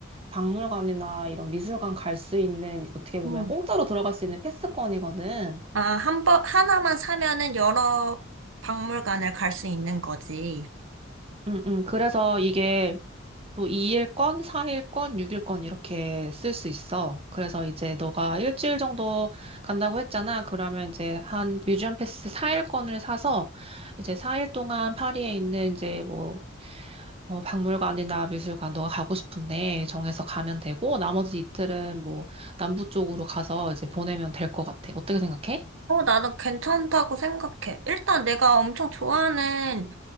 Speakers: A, on the right (about 30°); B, on the right (about 70°).
A: 박물관이나 이런 미술관 갈 수 있는 어떻게 보면
B: 응.
A: 공짜로 들어갈 수 있는 패스권이거든.
B: 아, 한 번, 하나만 사면은 여러 박물관을 갈 수 있는 거지.
A: 응, 응. 그래서 이게 또 2일권, 4일권, 6일권 이렇게 쓸 수 있어. 그래서 이제 너가 일주일 정도 간다고 했잖아. 그러면 이제 한 뮤지엄 패스 4일권을 사서 이제 4일 동안 파리에 있는 이제 뭐 어, 박물관이나 미술관 너가 가고 싶은데 정해서 가면 되고 나머지 이틀은 뭐 남부 쪽으로 가서 이제 보내면 될 것 같아. 어떻게 생각해?
B: 어, 나는 괜찮다고 생각해. 일단 내가 엄청 좋아하는,